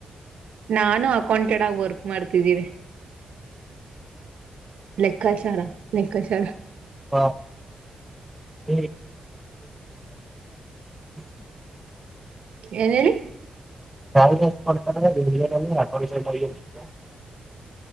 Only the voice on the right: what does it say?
ನಾನು ಅಕೌಂಟೆಡ್ ಆಗಿ ವರ್ಕ್ ಮಾಡ್ತಿದ್ದೀನಿ ಲೆಕ್ಕಾಚಾರ ಕಚ್ರ
ಏನೇಳಿ